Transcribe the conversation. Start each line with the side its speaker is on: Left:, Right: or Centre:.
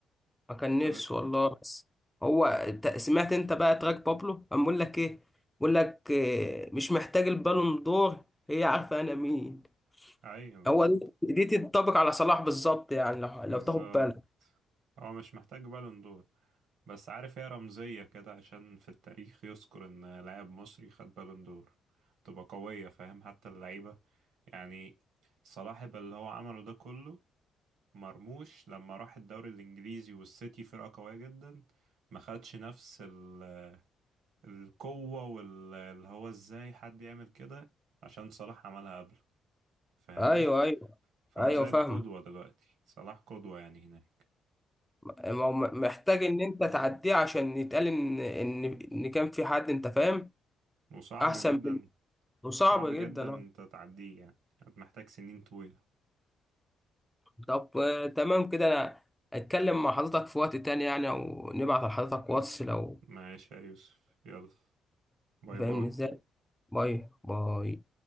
Centre: ما كان
Right: طب
Centre: نفسه والله بس هو أنت سمعت أنت بقى تراك بابلو قام بيقول لك إيه بيقول لك إيه، مش محتاج البالون دور هي عارفة أنا مين
Right: أيوة بالظبط
Centre: هو دي دي تنطبق على صلاح بالظبط يعني لو لو
Right: بالظبط
Centre: تاخد بالك
Right: هو مش محتاج بالون دور بس عارف هي رمزية كده عشان في التاريخ يذكر إن لاعب مصري خد بالون دور تبقى قوية فاهم حتى اللعيبة يعني صلاح اللي هو عمله ده كله مرموش لما راح الدوري الانجليزي والسيتي فرقة قوية جدا ما خدش نفس ال... القوة واللي هو ازاي حد يعمل كده عشان صلاح عملها قبل فاهمني
Centre: أيوه أيوه
Right: فهو
Centre: ايوه
Right: زي
Centre: فاهم
Right: القدوة دلوقتي صلاح قدوة يعني هناك
Centre: ما هو م- محتاج ان انت تعديه عشان يتقال ان ان ان كان في حد انت فاهم
Right: وصعب
Centre: احسن
Right: جدا
Centre: وصعب
Right: صعب
Centre: جدا
Right: جدا انت
Centre: آه.
Right: تعديه يعني محتاج سنين طويلة
Centre: طب آه، تمام كده انا اتكلم مع حضرتك في وقت تاني يعني او نبعت لحضرتك واتس لو
Right: ماشي يا يوسف يلا باي
Centre: فاهمني
Right: باي
Centre: ازاي باي باي